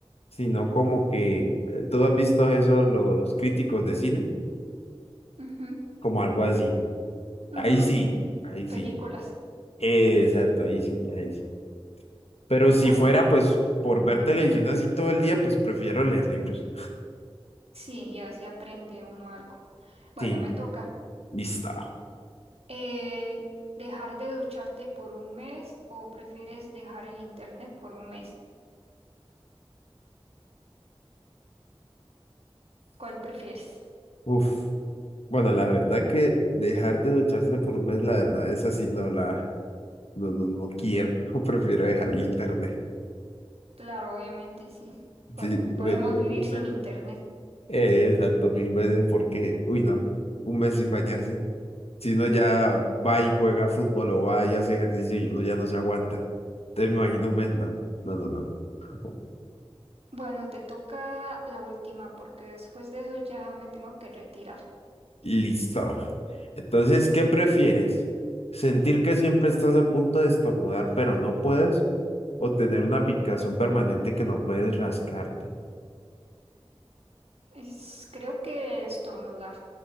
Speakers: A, on the left; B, on the right.
A: sino como que, eh, ¿tú has visto eso, los críticos de cine?
B: Ujú.
A: Como algo así.
B: Mm,
A: Ahí sí, ahí sí.
B: películas.
A: Eh, exacto, ahí sí, ahí sí. Pero si
B: Bueno,
A: fuera, pues, por ver televisión así todo el día, pues prefiero leer libros.
B: sí, y así aprende uno algo. Bueno,
A: Sí,
B: me toca.
A: listo.
B: Eh, ¿dejar de ducharte por un mes o prefieres dejar el internet por un mes? ¿Cuál prefieres?
A: Uf. Bueno, la verdad que dejar de ducharse por un mes, la verdad, esa sí no la... No, no, no quiero. <laughs> Prefiero dejar el internet.
B: Claro, obviamente sí. Por-
A: Sí, prefiero
B: podemos vivir
A: un
B: sin
A: mes.
B: internet.
A: Eh, exacto, mil veces porque, uy, no, un mes sin bañarse. Si uno ya va y juega fútbol o va y hace ejercicio y uno ya no se aguanta. Te imagino un mes, no, no, no, no. no. <laughs>
B: Bueno, te toca la última porque después de eso ya me tengo que retirar.
A: Listo. Entonces, ¿qué prefieres? ¿Sentir que siempre estás a punto de estornudar pero no puedes? ¿O tener una picazón permanente que no puedes rascarte?
B: Es, creo que estornudar.